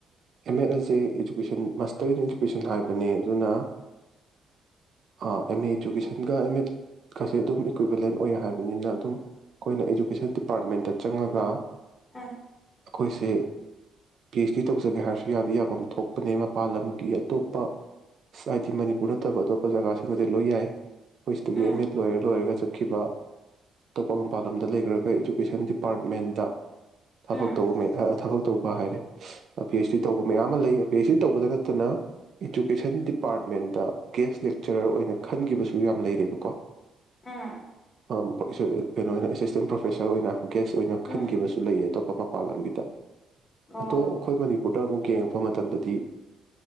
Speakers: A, on the right; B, on the left.
A: ꯑꯦꯝ ꯑꯦꯠ ꯑꯁꯦ ꯏꯖꯨꯀꯦꯁꯟ ꯃꯥꯁꯇꯔ ꯏꯟ ꯏꯗꯨꯀꯦꯁꯟ ꯍꯥꯏꯕꯅꯤ ꯑꯗꯨꯅ ꯑꯦꯝ ꯑꯦ ꯏꯗꯨꯀꯦꯁꯟꯒ ꯑꯦꯝ ꯑꯦꯗꯀꯁꯦ ꯑꯗꯨꯝ ꯏꯀ꯭ꯋꯤꯚꯤꯂꯦꯟ ꯑꯣꯏ ꯍꯥꯏꯕꯅꯤꯅ ꯑꯗꯨꯝ ꯑꯩꯈꯣꯏꯅ ꯏꯗꯨꯀꯦꯁꯟ ꯗꯤꯄꯥꯔꯠꯃꯦꯟꯇ ꯆꯪꯉꯒ
B: ꯑꯥ
A: ꯑꯩꯈꯣꯏꯁꯦ ꯄꯤ ꯑꯩꯆ ꯗꯤ ꯇꯧꯖꯒꯦ ꯍꯥꯏꯔꯁꯨ ꯌꯥꯗꯤ ꯌꯥꯐꯝ ꯊꯣꯛꯄꯅꯦ ꯃꯄꯥꯥꯟ ꯂꯝꯒꯤ ꯑꯇꯣꯞꯄ ꯍꯥꯏꯗꯤ ꯃꯅꯤꯄꯨꯔ ꯅꯠꯇꯕ ꯑꯇꯣꯞꯄ ꯖꯒꯥꯁꯤꯡꯗꯗꯤ ꯂꯣꯏ ꯌꯥꯏ ꯍꯈꯣꯏꯁꯤꯗꯒꯤ
B: ꯎꯝ
A: ꯑꯦꯝ ꯑꯦꯗ ꯂꯣꯏꯔ ꯂꯣꯏꯔꯒ ꯆꯠ ꯈꯤꯕ ꯑꯇꯣꯞꯄ ꯃꯄꯥꯜ ꯂꯝꯗ ꯂꯩꯈ꯭ꯔꯒ ꯏꯖꯨꯀꯦꯁꯟ ꯗꯤꯄꯥꯔꯠꯃꯦꯟꯗ ꯊꯕꯛ
B: ꯎꯝ
A: ꯇꯧꯕ ꯃꯦꯙ ꯊꯕꯛ ꯇꯧꯕ ꯍꯥꯏꯔꯦ ꯄꯤ ꯍꯩꯁ ꯗꯤ ꯇꯧꯕ ꯃꯌꯥꯝ ꯑꯃ ꯂꯩ ꯄꯤꯁꯗꯤ ꯇꯧꯕꯗ ꯅꯠꯇꯅ ꯏꯖꯨꯀꯦꯁꯟ ꯗꯤꯄꯥꯔꯠꯃꯦꯟꯗ ꯒꯦꯁ ꯂꯦꯛꯆꯔꯔ ꯑꯣꯏꯅ ꯈꯟꯈꯤꯕꯁꯨ ꯌꯥꯝꯅ ꯂꯩꯔꯦꯕꯀꯣ
B: ꯎꯝ
A: ꯑꯥ <unintelligible> ꯀꯩꯅꯣ ꯑꯣꯏꯅ ꯑꯦꯁꯤꯁꯇꯦꯟ ꯄ꯭ꯔꯣꯐꯦꯁꯔ ꯑꯣꯏꯅ ꯒꯦꯁ ꯑꯣꯏꯅ
B: ꯎꯝ
A: ꯈꯟꯈꯤꯕꯁꯨ ꯂꯩꯌꯦ ꯑꯇꯣꯞꯄ ꯃꯄꯥꯜꯂꯝꯒꯤꯗ
B: ꯑꯣ
A: ꯑꯗꯣ ꯑꯈꯣꯏ ꯃꯅꯤꯄꯨꯔꯗ ꯑꯃꯨꯛ ꯌꯦꯡꯉꯛꯄ ꯃꯇꯝꯗꯗꯤ